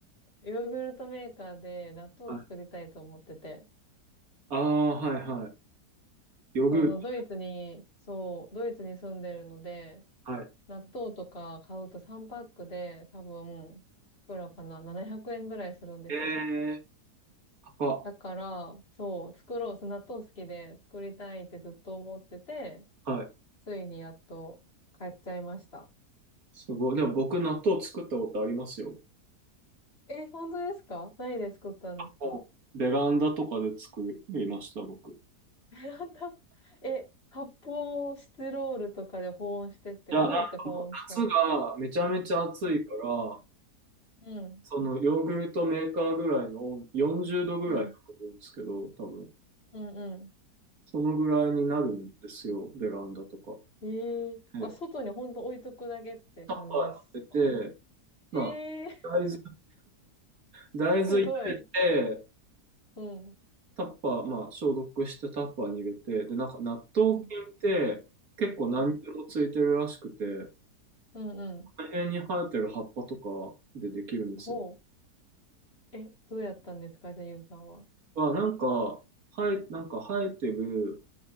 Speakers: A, on the left; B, on the right.
A: ヨーグルトメーカーで納豆を作りたいと思ってて、
B: い。ああ、はいはい。ヨーグルト。
A: そうそう、ドイツに、そう、ドイツに住んでるので、
B: はい。
A: 納豆とか買うと3パックで多分、いくらかな、700円ぐらいするんですよ。
B: ええー高っ。
A: だから、そう、作ろう、そう納豆好きで作りたいってずっと思ってて、
B: はい。
A: ついにやっと買っちゃいました。
B: すごい。でも僕納豆作ったことありますよ。
A: え、本当ですか何で作ったんですか
B: おベランダとかで作りました、僕。
A: <laughs> やった <laughs> え、発泡スチロールとかで保温してって、
B: いや、
A: どうやって保温したんです
B: 夏がめちゃめちゃ暑いから、
A: かうん、
B: そのヨーグルトメーカーぐらいの温40度ぐらいだと思うんですけど、
A: うん、
B: 多分。
A: うん、うん。
B: そのぐらいになるんですよ、ベランダとか。
A: ええあ、
B: で
A: 外に本当置いとくだけって感じですか
B: はい入れて、
A: ええ
B: まあ、大豆、大豆入れて、
A: すごい。うん、
B: タッパー、まあ、消毒してタッパーに入れて、で、なんか納豆菌って結構何にでもついてるらしくて、
A: うん、はい。うん、うん。
B: この辺に生えてる葉っぱとかでできるんですよ。
A: ほう。え、どうやったんですかじゃあ、ゆうさんは。
B: は、なんか、生え、なんか生えてる、